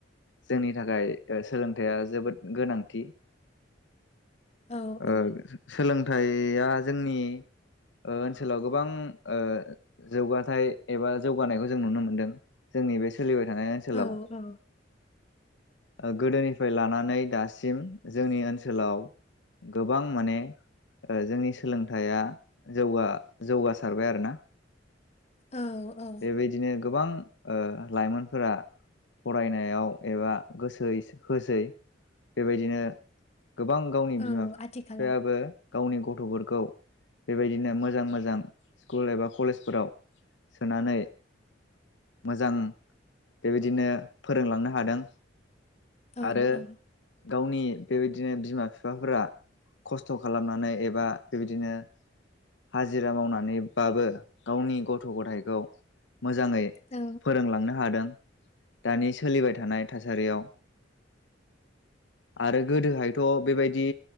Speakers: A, on the left; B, on the left.
A: जोंनि थाखाय सोलोंथाइया जोबोद गोनांथि।
B: औ
A: ओ
B: औ
A: सोलों। थाइया जोंनि ओ ओनसोलाव गोबां ओ जौगाथाय एबा जौगानायखौ जों नुनो मोनदों। जोंनि बे। सोलिबाय थानाय ओनसोलाव।
B: औ औ
A: ओ गोदोनिफ्राय लानानै दासिम जोंनि ओनसोलाव गोबां माने ओ जोंनि सोलोंथाइया जौगा जौगासारबाय आरोना।
B: औ औ
A: बेबायदिनो। गोबां ओ लाइमोनफोरा फरायनायाव एबा गोसो होसै बेबायदिनो। गोबां गावनि
B: औ
A: बिमा फिफायाबो।
B: आथिखालाव
A: गावनि गथफोरखौ बेबायदिनो मोजां मोजां स्कुल एबा कलेजफोराव सोनानै मोजां बेबायदिनो फोरोंलांनो हादों
B: औ
A: आरो
B: औ
A: गावनि बेबायदिनो बिमा बिफाफोरा खस्थ खालामनानै एबा बेबायदिनो हाजिरा मावनानैबाबो गावनि गथ गथाय खौ मोजाङै
B: औ
A: फोरोंलांनो हादों दानि सोलिबाय थानाय थासारियाव आरो गोदोहायथ बेबायदि